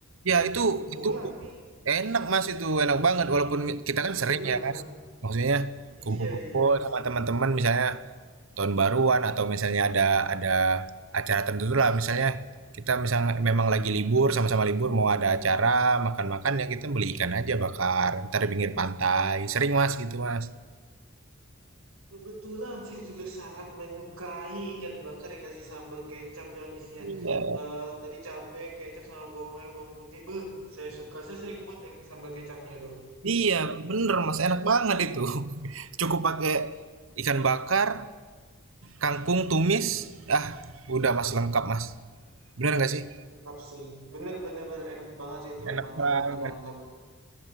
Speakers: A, on the right; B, on the right.
A: ya itu
B: kebetulan
A: itu
B: nih.
A: enak mas itu enak banget walaupun mi-
B: Kebetulan.
A: kita kan sering ya mas maksudnya
B: Iya,
A: kumpul-kumpul
B: iya.
A: sama teman-teman misalnya tahun baruan atau misalnya ada ada acara tertentu lah misalnya kita misalnya memang lagi libur sama-sama libur mau ada acara makan-makan ya kita beli ikan aja bakar ntar di pinggir pantai sering mas gitu mas
B: Kebetulan saya juga sangat menyukai ikan bakar dikasih sambal kecap yang isinya
A: Iya,
B: eh, tadi cabe, kecap sama bawang merah, bawang putih. Beuh, saya suka. Saya sering buat yang sambal kecapnya itu.
A: iya bener mas enak banget itu. <laughs> Cukup pakai ikan bakar kangkung tumis ah udah mas lengkap mas bener nggak sih
B: Lengkap sih. Bener-bener enak banget sih itu.
A: enak
B: Mantap,
A: banget.
B: mantap, mantap.